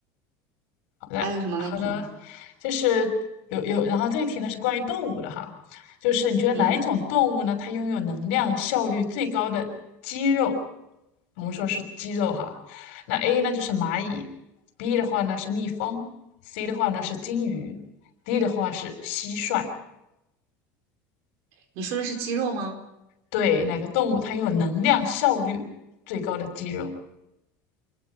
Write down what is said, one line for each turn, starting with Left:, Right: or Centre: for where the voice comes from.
Left: 来，
Right: 还有什么问题？
Left: 好的，就是有有，然后这一题呢是关于动物的哈，就是你觉得哪一种动物呢，
Right: 嗯，
Left: 它拥有能量效率最高的肌肉？我们说是肌肉哈，那 A 呢就是蚂蚁，B 的话呢是蜜蜂，C 的话呢是金鱼，D 的话是蟋蟀。
Right: 你说的是肌肉吗？
Left: 对，哪个动物它拥有能量效率最高的肌肉？